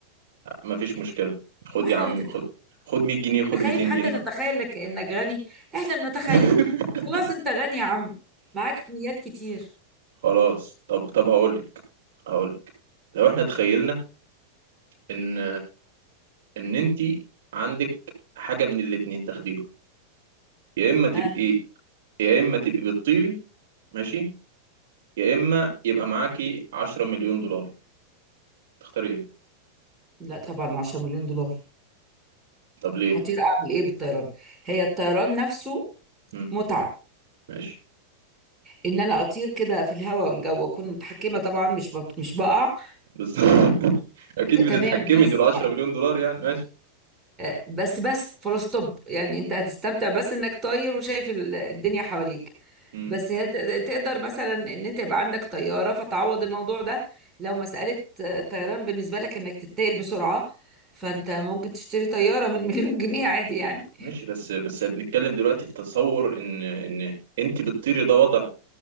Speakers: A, on the right; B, on the right.
A: مفيش مشكله خد
B: وما احنا
A: يا عم
B: بتت-
A: خد خد 100 جنيه خد
B: بتخايف
A: 200
B: حتى
A: جنيه
B: تتخيل لك انك غني احنا بنتخيل
A: <laughs>
B: خلاص انت غني يا عم معاك مليات كتير
A: خلاص طب طب هقولك هقولك لو احنا تخيلنا ان ان انت عندك حاجه من الاتنين تاخديهم يا اما تبقي
B: ها
A: يا اما تبقي بتطيري ماشي يا اما يبقى معاكي 10 مليون دولار تختاري ايه
B: لا طبعا 10 مليون دولار
A: طب ليه
B: هطير اعمل ايه بالطيران هي الطيران نفسه
A: مم.
B: متعه
A: ماشي
B: ان انا اطير كده في الهواء والجو اكون متحكمه طبعا مش بط... مش بقع
A: بالظبط <laughs> اكيد
B: ده تمام
A: بتتحكمي
B: بيس
A: دول 10 مليون دولار يعني ماشي
B: آه، بس بس فول ستوب يعني انت هتستمتع بس انك طاير وشايف ال- الدنيا حواليك
A: مم.
B: بس هي تق- تقدر مثلا ان انت يبقى عندك طياره فتعوض الموضوع ده لو مساله آه، طيران بالنسبه لك انك تتنقل بسرعه فانت ممكن تشتري طياره من <laughs> مليون جنيه عادي يعني
A: ماشي بس بس بنتكلم دلوقتي في تصور ان ان انت بتطيري ده وضع